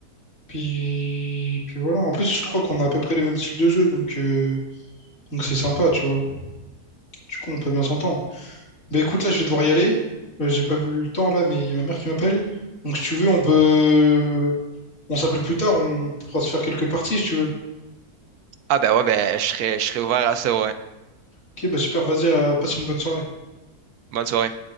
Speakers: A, on the left; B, on the right.
A: Puis... Puis voilà. En plus, je crois qu'on a à peu près les mêmes styles de jeu, donc... euh, Donc c'est sympa, tu vois. Du coup, on peut bien s'entendre. Bah écoute, là, je vais devoir y aller. Euh, j'ai pas vu le temps, là, mais il y a ma mère qui m'appelle. Donc si tu veux, on peut... On s'appelle plus tard, on pourra se faire quelques parties, si tu veux.
B: Ah ben ouais, ben je serais, je serais ouvert à ça, ouais.
A: Ok, bah super, vas-y, à... passe une bonne soirée.
B: Bonne soirée.